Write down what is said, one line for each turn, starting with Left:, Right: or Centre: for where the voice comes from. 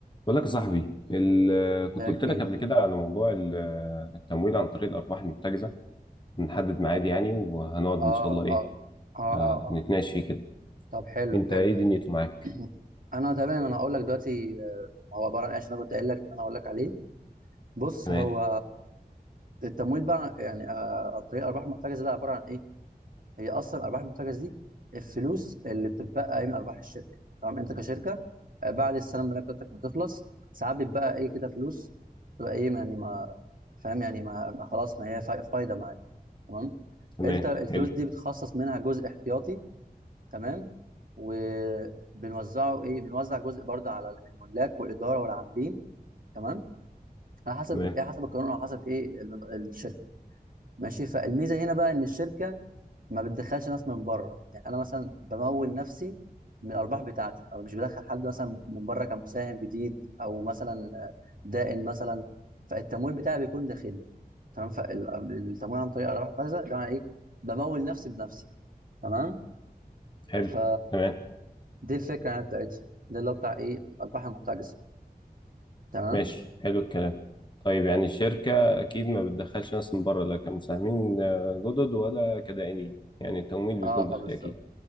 Left: بقول لك يا صاحبي ال- كنت
Right: يا
Left: قلت
Right: كبير
Left: لك قبل كده على موضوع ال- التمويل عن طريق الارباح المحتجزه نحدد ميعاد يعني وهنقعد
Right: اه
Left: ان شاء الله ايه
Right: اه اه
Left: آه،
Right: اه اه
Left: نتناقش فيه كده
Right: طب حلو
Left: انت
Right: حلو
Left: ايه دنيته
Right: <clears throat>
Left: معاك
Right: انا تمام انا هقول لك دلوقتي آه، هو عباره عن ايش انا كنت قايل لك ان انا هقول لك عليه بص
Left: تمام
Right: هو التمويل بقى يعني آه، عن طريق الارباح المحتجزه ده عباره عن ايه هي اصلا الارباح المحتجزه دي الفلوس اللي بتتبقى من ارباح الشركه تمام انت كشركه آه، بعد السنه الماليه بتاعتك ما تخلص ساعات بتبقى ايه كده فلوس تبقى ايه يعني ما فاهم يعني ما ما خلاص ما هي فا- فايده معاك تمام
Left: تمام
Right: انت الفلوس
Left: حلو
Right: دي بتخصص منها جزء احتياطي تمام وبنوزعه ايه بنوزع جزء برضه على الملاك والاداره والعاملين تمام على حسب
Left: تمام
Right: ايه حسب القانون او حسب ايه ال- الشركه ماشي فالميزه هنا بقى ان الشركه ما بتدخلش ناس من بره يعني انا مثلا بمول نفسي من الارباح بتاعتي او مش بدخل حد مثلا من بره كمساهم جديد او مثلا آه، دائن مثلا فالتمويل بتاعي بيكون داخلي تمام فالتمويل عن طريق ارباح المخزن ده معناه ايه بمول نفسي بنفسي تمام
Left: حلو
Right: ف
Left: تمام
Right: دي الفكره يعني بتاعتها ده اللي هو بتاع ايه الارباح المحتجزه تمام
Left: ماشي حلو الكلام طيب يعني الشركه
Right: مم.
Left: اكيد ما بتدخلش ناس من بره لا كمساهمين آه، جدد ولا كدائنين يعني التمويل بيكون
Right: اه
Left: داخلي
Right: اه بالظبط
Left: اكيد